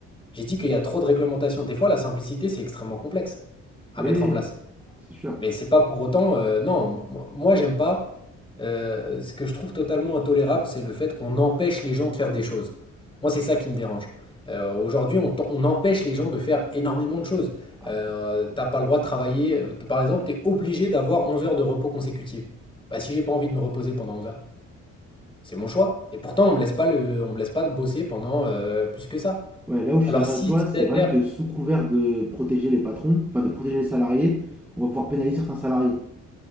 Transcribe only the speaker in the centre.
Oui,
c'est sûr.
Ah,
bah.
ouais, là où je
suis d'accord
avec toi, c'est
vrai que sous couvert de protéger les patrons, enfin de protéger les salariés, on va pouvoir pénaliser certains salariés.